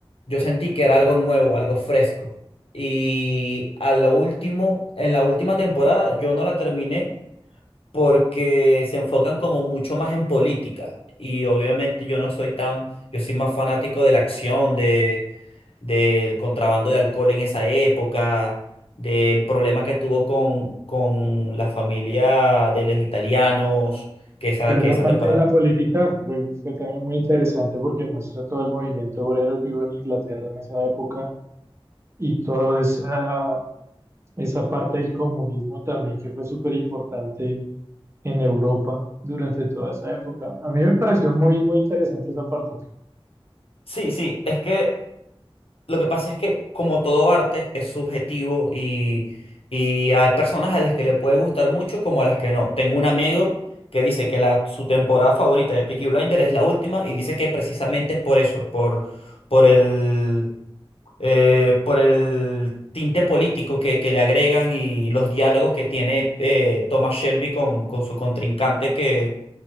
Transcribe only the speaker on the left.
yo sentí que era algo nuevo, algo fresco. Y a lo último, en la última temporada yo no la terminé porque se enfocan como mucho más en política. Y obviamente yo no soy tan, yo soy más fanático de la acción, de del contrabando de alcohol en esa época, del problema que tuvo con, con la familia de los italianos, que esa,
que
esa
temporada.
Sí, sí, es que lo que pasa es que como todo arte es subjetivo y, y hay personas a las que le puede gustar mucho como a las que no. Tengo un amigo que dice que la, su temporada favorita de Peaky Blinder es la última y dice que precisamente es por eso, por, por el... eh, por el tinte político que, que le agregan y los diálogos que tiene eh, Thomas Shelby con, con su contrincante, que